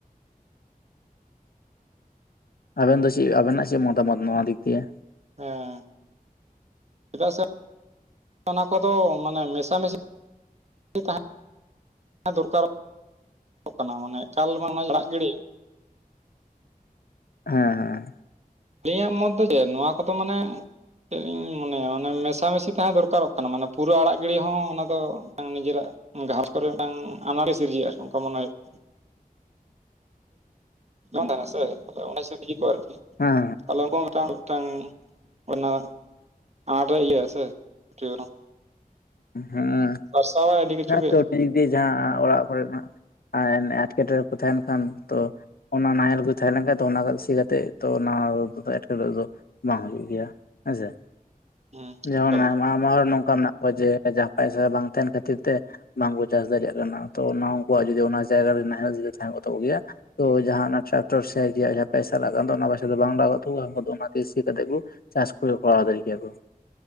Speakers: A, on the left; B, on the right.
A: ᱟᱵᱮᱱ ᱫᱚ ᱪᱮᱫ ᱟᱵᱮᱱᱟᱜ ᱪᱮᱫ ᱢᱚᱛᱟᱢᱚᱛ ᱱᱚᱣᱟ ᱫᱤᱠ ᱫᱤᱭᱮ?
B: ᱦᱮᱸ ᱪᱮᱫᱟᱜ ᱥᱮ ᱚᱱᱟ ᱠᱚᱫᱚ ᱢᱟᱱᱮ ᱢᱮᱥᱟᱢᱤᱥᱤ ᱛᱟᱦᱮᱸ ᱫᱚᱨᱠᱟᱨ <inaudible> ᱠᱟᱱᱟ ᱢᱟᱱᱮ ᱮᱠᱟᱞ ᱜᱮ ᱚᱱᱟ ᱟᱲᱟᱜ ᱜᱤᱲᱤ
A: ᱦᱮᱸ ᱦᱮᱸ
B: ᱟᱹᱞᱤᱧᱟᱜ ᱢᱚᱛ ᱫᱚ ᱪᱮᱫ ᱱᱚᱣᱟ ᱠᱚᱫᱚ ᱢᱟᱱᱮ ᱪᱮᱫ ᱤᱧ ᱢᱚᱱᱮᱭᱟ ᱢᱟᱱᱮ ᱢᱮᱥᱟᱢᱮᱥᱤ ᱛᱟᱦᱮᱸ ᱫᱚᱨᱠᱟᱨᱚᱜ ᱠᱟᱱᱟ ᱢᱟᱱᱮ ᱯᱩᱨᱟᱹ ᱟᱲᱟᱜ ᱜᱤᱲᱤ ᱦᱚᱸ ᱚᱱᱟ ᱫᱚ ᱱᱤᱡᱮᱨᱟᱜ ᱜᱷᱟᱨᱚᱸᱡᱽ ᱠᱚᱨᱮ ᱢᱤᱫᱴᱟᱝ ᱟᱱᱟᱴ ᱜᱮ ᱥᱤᱨᱡᱟᱹᱜᱼᱟ ᱚᱱᱠᱟ ᱢᱚᱱᱮ ᱦᱩᱭᱩᱜᱼᱟ᱾
A: <inaudible>
B: ᱵᱟᱝ ᱛᱟᱦᱮᱱᱟ ᱥᱮ ᱚᱱᱟ ᱦᱤᱥᱟᱹᱵ ᱴᱷᱤᱠ ᱠᱚᱜᱼᱟ ᱟᱨᱠᱤ
A: ᱦᱮᱸ
B: ᱛᱟᱦᱞᱮ ᱢᱤᱫᱴᱟᱝ ᱢᱤᱫᱴᱟᱝ ᱚᱱᱟ ᱟᱰᱨᱮ ᱤᱭᱟᱹ ᱥᱮ <unintelligible>
A: ᱦᱮᱸ
B: ᱥᱟᱨᱥᱟᱣᱟᱭ ᱟᱹᱰᱤ
A: <unintelligible>
B: ᱠᱤᱪᱷᱩ ᱜᱮ
A: ᱠᱟᱹᱣᱰᱤ
B: ᱟᱨᱠᱤ
A: ᱫᱤᱠ ᱡᱟᱦᱟᱸ ᱚᱲᱟᱜ ᱠᱚᱨᱮ ᱱᱟᱦᱟᱜ ᱟᱨ ᱮᱱ ᱮᱸᱴᱠᱮᱴᱚᱬᱮ ᱠᱚ ᱛᱟᱦᱮᱱ ᱠᱷᱟᱱ ᱛᱚ ᱚᱱᱟ ᱱᱟᱦᱮᱞ ᱠᱚ ᱛᱟᱦᱮᱸ ᱞᱮᱱ ᱠᱷᱟᱡ ᱫᱚ ᱚᱱᱟ ᱥᱤ ᱠᱟᱛᱮᱜ ᱛᱚ ᱚᱱᱟ ᱮᱴᱠᱮᱴᱚᱬᱮ ᱫᱚ ᱵᱟᱝ ᱦᱩᱭᱩᱜ ᱜᱮᱭᱟ᱾ ᱦᱮᱸᱥᱮ
B: ᱦᱮᱸ
A: ᱡᱮᱢᱚᱱ
B: ᱮᱠᱟᱞ
A: ᱟᱭᱢᱟ ᱟᱭᱢᱟ ᱦᱚᱲ ᱱᱚᱝᱠᱟ ᱢᱮᱱᱟᱜ ᱠᱚᱣᱟ ᱡᱮ, ᱡᱟᱦᱟᱸ ᱯᱟᱭᱥᱟ ᱵᱟᱝ ᱛᱟᱦᱮᱱ ᱠᱷᱟᱹᱛᱤᱨ ᱛᱮ ᱵᱟᱝᱠᱚ ᱪᱟᱥ ᱫᱟᱲᱮᱭᱟᱜ ᱠᱟᱱᱟ ᱛᱚ ᱚᱱᱟ ᱩᱱᱠᱩᱣᱟᱜ ᱡᱚᱫᱤ ᱚᱱᱟ ᱡᱟᱭᱜᱟᱮ ᱱᱟᱦᱮᱞᱚᱜ ᱡᱩᱫᱤ ᱛᱟᱦᱮᱸ ᱠᱚᱜ ᱛᱟᱠᱚ ᱜᱮᱭᱟ, ᱛᱚ ᱡᱟᱦᱟᱸ ᱚᱱᱟ ᱴᱨᱟᱠᱴᱚᱨ ᱥᱤ ᱨᱮᱭᱟᱜ ᱯᱚᱭᱥᱟ ᱞᱟᱜᱟᱣ ᱠᱟᱱ ᱚᱱᱟ ᱯᱚᱭᱥᱟ ᱫᱚ ᱵᱟᱝ ᱞᱟᱜᱟᱣ ᱠᱚ ᱛᱟᱠᱚᱣᱟ ᱚᱱᱟᱛᱮ ᱥᱤ ᱠᱟᱛᱮ ᱠᱩ ᱪᱟᱥ ᱠᱚ ᱠᱚᱨᱟᱣ ᱫᱟᱨᱮᱜ ᱠᱮᱭᱟ ᱠᱚ,